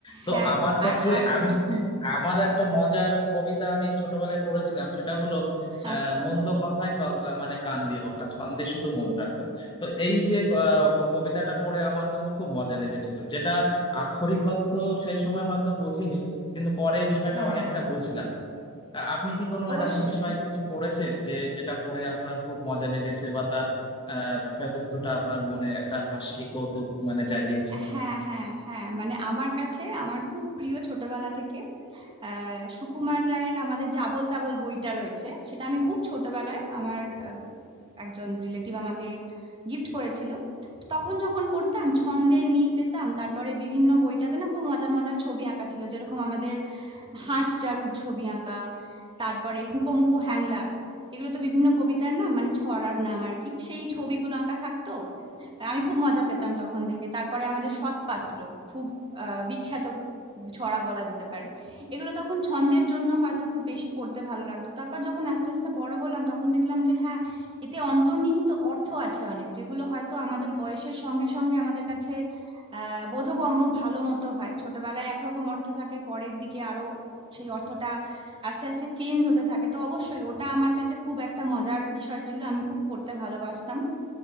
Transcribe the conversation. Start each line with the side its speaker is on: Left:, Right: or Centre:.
Left: তো
Right: হ্যাঁ
Left: আমার কাছে
Right: আর আম
Left: আমি
Right: হুম,
Left: আমার একটা মজার কবিতা আমি ছোটবেলায় পড়েছিলাম সেটা হলো আহ
Right: আচ্ছা
Left: মন্দ কথায় কা- মানে কান দিও না ছন্দে শুধু মন রাখো তো এই যে আহ, কবিতাটা পড়ে আমার কিন্তু খুব মজা লেগেছিল যেটা আক্ষরিক অর্থ সেই সময় হয়তো বুঝিনি কিন্তু পরে এই বিষয়টা
Right: হ্যাঁ
Left: অনেকটা বুঝলাম আ- আপনি কি কোনো
Right: অবশ্যই
Left: এরকম বিষয়ে কিছু পড়েছেন যে যেটা পড়ে আপনার খুব মজা লেগেছে বা তার আহ, বিষয়বস্তুটা আপনার মনে একটা হাসি কৌতুক মানে জাগিয়েছে
Right: হ্যাঁ হ্যাঁ হ্যাঁ মানে আমার কাছে আমার খুব প্রিয় ছোটবেলা থেকে আহ সুকুমার রায়ের আমাদের যে আবোল তাবোল বইটা রয়েছে সেটা আমি খুব ছোটবেলায় আমার আহ, একজন রিলেটিভ আমাকে গিফট করেছিল তো তখন যখন পড়তাম ছন্দের মিল পেতাম তারপরে বিভিন্ন বইটাতে না খুব মজার মজার ছবি আঁকা ছিল যেরকম আমাদের হাঁস জারুর ছবি আঁকা তারপরে হুকোমুকো হ্যাংলা এগুলো তো বিভিন্ন কবিতার নাম মানে ছড়ার নাম আর কি সেই ছবিগুলো আঁকা থাকতো আমি খুব মজা পেতাম তখন দেখে তারপরে আমাদের সৎপাত্র খুব আহ, বিখ্যাত ছড়া বলা যেতে পারে এগুলো তখন ছন্দের জন্য হয়তো খুব বেশি পড়তে ভালো লাগতো তারপর যখন আস্তে আস্তে বড় হলাম তখন দেখলাম যে হ্যাঁ এতে অন্তর্নিহিত অর্থ আছে অনেক যেগুলো হয়তো আমাদের বয়সের সঙ্গে সঙ্গে আমাদের কাছে আহ বোধগম্য ভালো মতো হয় ছোটবেলায় একরকম অর্থ থাকে পরের দিকে আরো সেই অর্থটা আস্তে আস্তে চেঞ্জ হতে থাকে তো অবশ্যই ওটা আমার কাছে খুব একটা মজার বিষয় ছিল আমি খুব পড়তে ভালোবাসতাম